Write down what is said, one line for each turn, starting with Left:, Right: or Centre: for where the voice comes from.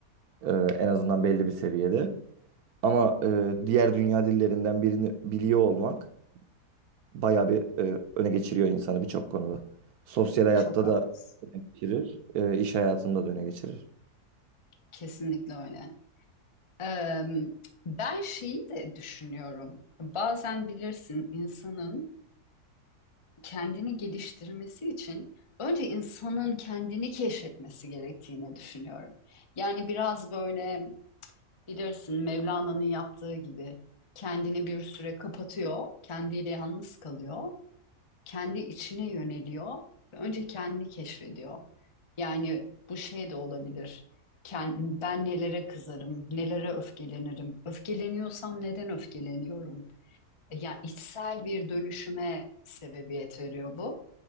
Right: Eee, en azından belli bir seviyede. Ama e, diğer dünya dillerinden birini biliyor olmak bayağı bir e, öne geçiriyor insanı birçok konuda. Sosyal hayatta
Left: çok haklısın.
Right: da geçirir, e, iş hayatında da öne geçirir.
Left: Kesinlikle öyle. Ee, ben şeyi de düşünüyorum. Bazen bilirsin insanın kendini geliştirmesi için önce insanın kendini keşfetmesi gerektiğini düşünüyorum. Yani biraz böyle Bilirsin Mevlana'nın yaptığı gibi kendini bir süre kapatıyor, kendiyle yalnız kalıyor, kendi içine yöneliyor ve önce kendini keşfediyor. Yani bu şey de olabilir. Ken- ben nelere kızarım, nelere öfkelenirim, öfkeleniyorsam neden öfkeleniyorum? E, yani içsel bir dönüşüme sebebiyet veriyor bu.